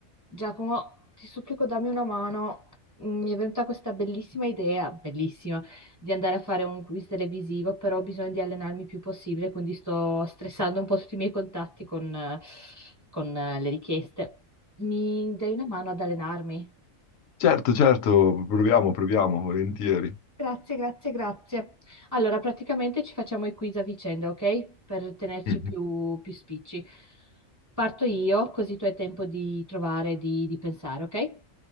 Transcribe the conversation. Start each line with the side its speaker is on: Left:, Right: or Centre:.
Right: Giacomo, ti supplico, dammi una mano. Mm, Mi è venuta questa bellissima idea, bellissima, di andare a fare un quiz televisivo, però ho bisogno di allenarmi il più possibile, quindi sto stressando un po' tutti i miei contatti con, eh, con, eh, le richieste. Mi dai una mano ad allenarmi?
Left: Certo, certo, proviamo, proviamo, volentieri.
Right: Grazie, grazie, grazie. Allora, praticamente ci facciamo i quiz a vicenda, ok? Per tenerci
Left: Mhm.
Right: più, più spicci. Parto io, così tu hai tempo di trovare, di, di pensare, ok?